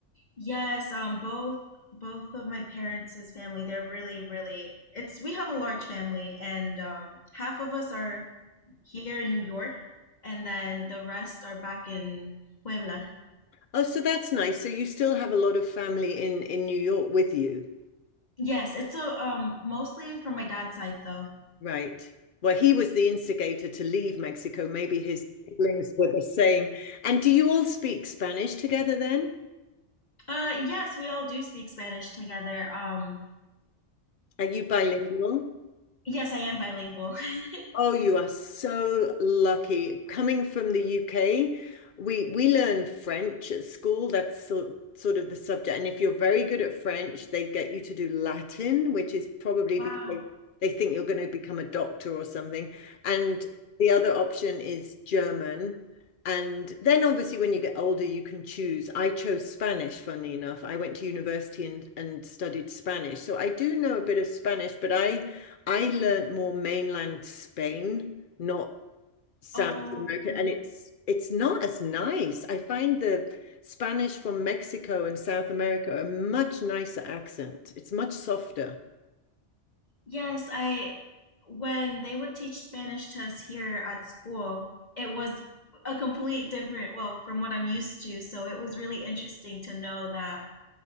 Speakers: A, on the left (about 40°); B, on the left (about 55°).
A: Yes, um, both both of my parents' family, they're really, really it's we have a large family and um, half of us are here in New York and then the rest are back in Puebla.
B: Oh, so that's nice. So you still have a lot of family in in New York with you.
A: Yes, it's a um mostly from my dad's side though.
B: Right. Well, he was the instigator to leave Mexico. Maybe his siblings were the same. And do you all speak Spanish together then?
A: Uh yes, we all do speak Spanish together. Um
B: Are you bilingual?
A: yes, I am bilingual. <laughs>
B: Oh, you are so lucky. Coming from the UK, we we learn French at school. That's sort sort of the subject. And if you're very good at French, they get you to do Latin, which is probably
A: Wow.
B: because they they think you're going to become a doctor or something. And the other option is German. And then obviously when you get older, you can choose. I chose Spanish, funnily enough. I went to university and, and studied Spanish. So I do know a bit of Spanish, but I I learnt more mainland Spain, not South
A: Oh,
B: America,
A: yeah.
B: and it's it's not as nice. I find the Spanish from Mexico and South America a much nicer accent. It's much softer.
A: Yes, I when they would teach Spanish to us here at school, it was a complete different, well, from what I'm used to. So it was really interesting to know that